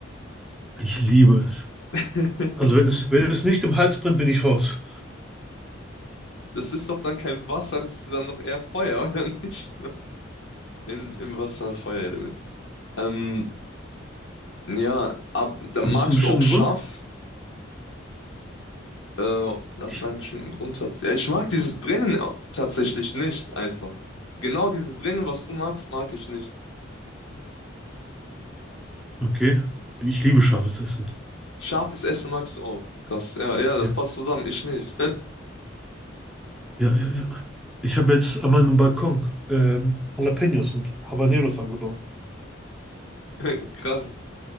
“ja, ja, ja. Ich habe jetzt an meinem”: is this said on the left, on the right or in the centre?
Centre